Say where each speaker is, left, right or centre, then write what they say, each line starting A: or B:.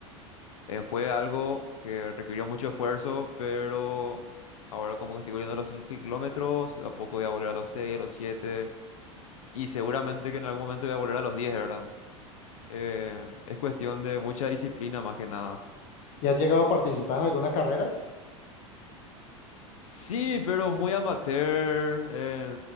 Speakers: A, on the left; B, on the left.
A: eh, fue algo que requirió mucho esfuerzo, pero ahora como que estoy volviendo a los 5 kilómetros, de a poco voy a volver a los 6 a los 7 y seguramente que en algún momento voy a volver a los diez ¿verdad? Eh, es cuestión de mucha disciplina más que nada.
B: ¿Y has llegado a participar en alguna carrera?
A: Sí, pero muy amateur. eh,